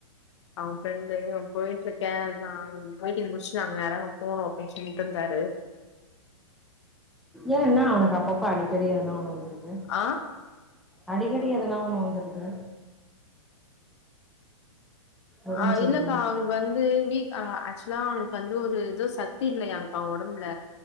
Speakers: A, on the left; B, in the centre.
A: அவன் பிரெண்டு போயிட்டு இருக்கேன் <unintelligible> முடிச்ச நேரா அங்க போனும் அப்டின்னு சொல்லிட்டு இருந்தாரு
B: ஏன் என்ன அவனுக்கு அப்பப்பா அடிக்கடி எதுனா ஒன்னு வந்துருது
A: ஆ
B: அடிக்கடி எதனா ஒண்ணு வந்துருது ஒடம்பு
A: ஆ
B: சரியில்லாம
A: இல்லக்கா அவனுக்கு வந்து வீ ஆக்சுவலா அவனுக்கு வந்து ஒரு ஏதோ சத் தி இல்லையாங்க்கா அவ்வ ஒடம்புல